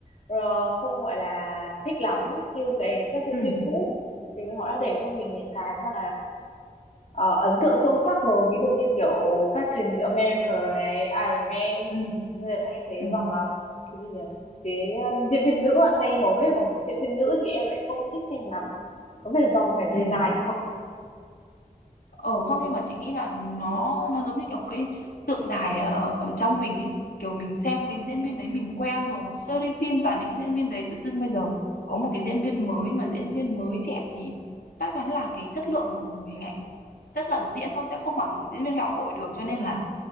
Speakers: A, on the left; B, on the left.
A: ờ, không gọi là thích lắm như cái các diễn
B: ừ,
A: viên cũ thì họ đã để cho mình những cái mà ờ, ấn tượng sâu sắc rồi ví dụ như kiểu Captain America này Iron Man
B: ừ,
A: bây giờ thay thế
B: ừ, ừ.
A: bằng ờ, cái gì nhỉ cái um, diễn viên nữ à, thay hầu hết bằng diễn viên nữ thì em lại không thích xem lắm có vẻ do có phải người
B: ừ.
A: dài không
B: ờ không nhưng mà chị nghĩ là nó nó giống như kiểu một cái tượng đài ở ở trong mình ấy kiểu mình xem cái diễn viên đấy mình quen rồi một series phim toàn những cái diễn viên đấy tự dưng bây giờ có một cái diễn viên mới mà diễn viên mới trẻ thì chắc chắn là cái chất lượng hình ảnh chất lượng diễn nó sẽ không bằng diễn viên gạo cội được cho nên là